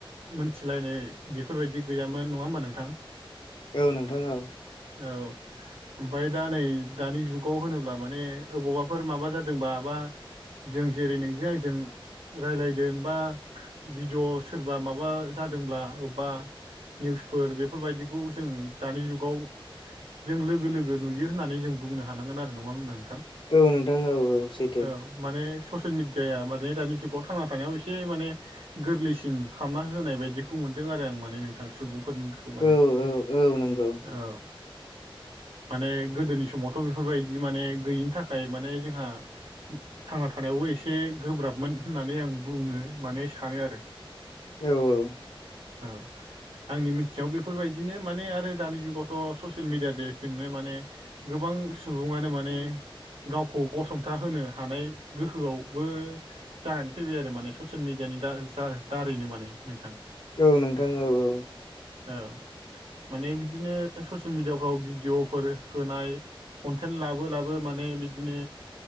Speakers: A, on the right; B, on the left.
A: मोनथिलायनाय बेफोरबायदि गैयामोन नङा होमबा नोंथां
B: औ नोंथां औ
A: औ ओमफ्राय दा नै दानि जुगाव होनोब्ला माने अबावबाफोर माबा जादों बा बा जों जेरै नोंजों आंजों रायलायदों बा भिडिअ सोरबा माबा जादोंब्ला अबबा निउसफोर बेफोरबायदिखौ जों दानि जुगाव जों लोगो लोगो नुयो होननानै जों बुंनो हानांगोन आरो नङा मोनदों नोंथां
B: औ नोंथां औ औ सैथो
A: औ माने ससियेल मिडियाया माने दानि जुगाव थांना थानायाव एसे माने गोरलैसिन खालामना होनाय बायदिखौ मोनदों आरो आं माने नोंथां सुबुंफोरनि खौ माने
B: औ औ नंगौ
A: औ माने गोदोनि समावथ बेफोरबायदि माने गैयिनि थाखाय माने जोंहा थांना थानायावबो एसे गोब्राबमोन होननानै आं बुंनो माने सानो आरो <inaudible>
B: औ औ
A: औ आंनि मिथिनायाव बेफोरबायदिनो माने आरो दानि जुगावथ ससियेल मिडिया दे जोंनो माने गोबां सुबुङानो माने गावखौ गसंथा होनो हानाय गोहोआवबो जानानै फैबाय आरो माने ससियेल मिडियानि दा जा दारैनो माने नोंथां
B: औ नोंथां औ औ
A: औ माने बिदिनो ससियेल मिडियाफ्राव भिडिअफोर होनाय कन्टेन्ट लाबो लाबो माने बि दिनो